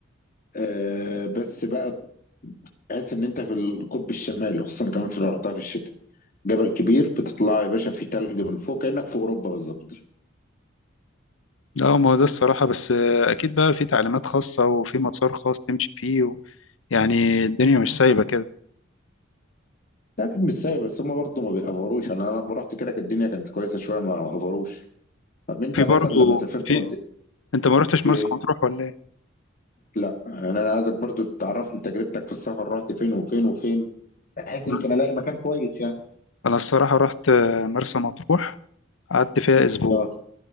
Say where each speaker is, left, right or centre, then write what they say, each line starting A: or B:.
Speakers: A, on the left (about 45°); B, on the left (about 75°).
A: آه بس بقى تحس ان انت في القطب الشمالي خصوصا كمان في لو رحتها في الشتاء جبل كبير بتطلعه يا باشا فيه تلج من فوق كأنك في اوروبا بالظبط
B: لا ما هو ده الصراحه بس آه، اكيد بقى في تعليمات خاصه وفي مسار خاص تمشي فيه و... يعني الدنيا مش سايبه كده
A: ده اكيد مش سايب بس هم برضه ما بيأفروش انا أنا لما رحت كده كانت الدنيا كانت كويسه شويه ما ما افروش طب انت
B: في
A: مثلا
B: برضه
A: لما سافرت
B: في
A: رحت
B: انت ما رحتش
A: في
B: مرسى
A: ايه؟
B: مطروح ولا ايه
A: لا يعني انا عايزك برضه تعرفني تجربتك في السفر رحت فين وفين وفين بحيث
B: لا.
A: يمكن الاقي مكان كويس يعني
B: انا الصراحه رحت آه، مرسى مطروح قعدت فيها اسبوع
A: اه